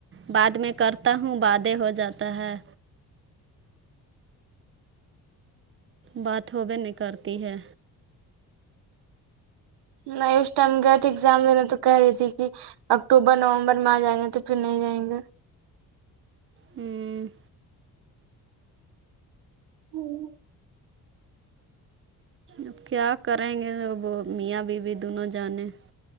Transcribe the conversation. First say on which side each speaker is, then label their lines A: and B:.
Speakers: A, on the right (about 30°); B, on the right (about 70°).
A: بعد میں کرتا ہوں بادیں ہو جاتا ہے بات ہو بھی نہیں کرتی ہے
B: نہیںس ٹائم گ تھ ایکگزام بھیا تو کر رہی تھی کہ اکتوبر نومبر میں آ جائیں گے تو پھر نہیں جائیں گے
A: ہوں
B: ہوں
A: اب کیا کریں گے ج وہ میاں بیوی دونوں جانیں